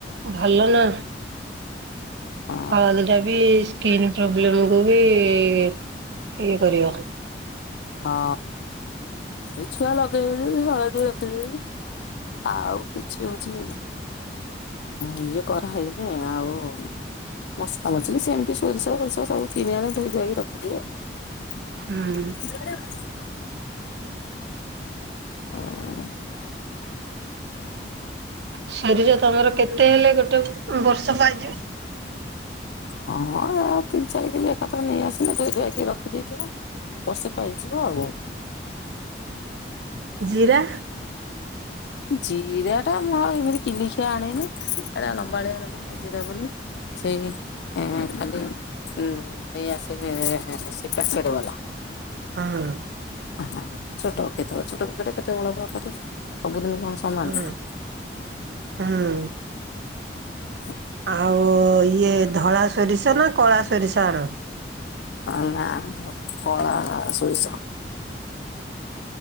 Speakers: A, on the right; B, on the left.
A: ଭଲ ନା।
B: ହଁ
A: ହଳଦୀ ଟା ବି ସ୍କିନ୍ ପ୍ରୋବ୍ଲେମ କୁ ବି ଇଏ କରିବ।
B: ହଁ। ଏଇ ଛୁଆ ଲଗେଇ <unintelligible> ହଳଦୀ ରଖେଇଦେଇଚି ଆଉ କିଛି ହଉଚି ଉଁ ଇଏ କରାହେଇନି ଆଉ ମସଲା ମଛଲି ସେମିତି ସୋରିଷ ଫୋରିସ ସବୁ କିଣି ଆଣେ ଧୋଇ ଧୁଆ ଇକି ରଖିଦିଏ। <unintelligible>
A: ହୁଁ।
B: <unintelligible>
A: ଶରୀର ତମର କେତେ ହେଲେ ଗୋଟେ ବର୍ଷ ପାଇଜୀବ।
B: ହଁ ହେରା ତିନି ଚାରି କିଲି ଏକାଥର ନେଇଆସିଲେ ଧୋଇ ଧୂଆକି ରଖିଦେଇଥିବୁ। ବର୍ଷେ ପାଇଯିବ ଆଉ।
A: ଜିରା।
B: ଜିରାଟା ମୁଁ ଆଉ ଏମିତି କିଲି କିଆ ଆଣେନି ଏଟା ଲମ୍ବାଳିଆ ଲମ୍ବାଳିଆ ଜିରା ବୋଲି। ସେ ଖାଲି ଉ ନେଇ ଆସିବେ ସେ ପାକେଟ ଵାଲା।
A: ହଁ।
B: ହଁ ଛୋଟ କେତେବେଳେ ଛୋଟ ପକେଟେ କେତେବେଳେ ପକଟେ ସବୁଦିନ କଣ ସମାନ
A: ହଁ
B: ନୁହୁଁ
A: ହୁଁ
B: ହଁ।
A: ଆଉ ଇଏ ଧଳା ସୋରିଷ ନା କଳା ସୋରିଷ ଆଣ?
B: ହ ନାଁ ଧ କଳା ସୋରିଷ।